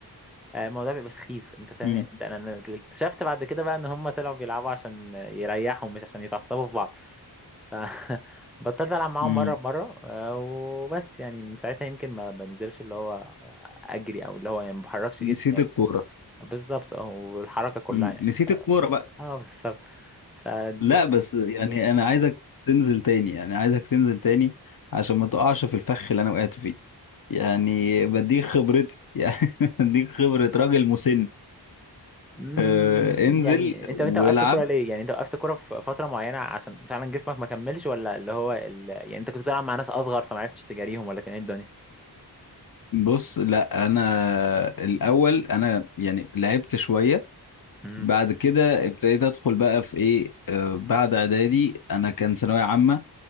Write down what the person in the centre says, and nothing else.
آه، الموضوع بيبقى سخيف انت فاهم
يعني انت انا أنا اكتشفت بعد كده بقى ان هم طلعوا بيلعبوا عشان يريحوا مش عشان يتعصبوا في بعض ف <laughs> بطلت العب معاهم
مره بمره آه، وبس يعني من ساعتها يمكن ما بنزلش اللي هو اجري او اللي هو يعني ما بحركش
جسمي يعني
بالظبط اه والحركه كلها
يعني
اه بالظبط فدي
مم.
مم.
يعني انت
انت وقفت كوره ليه يعني انت وقفت كوره في فتره معينه عشان فعلا جسمك ما كملش ولا اللي هو ال... يعني انت كنت بتلعب مع ناس اصغر فما عرفتش تجاريهم ولا كان ايه
الدنيا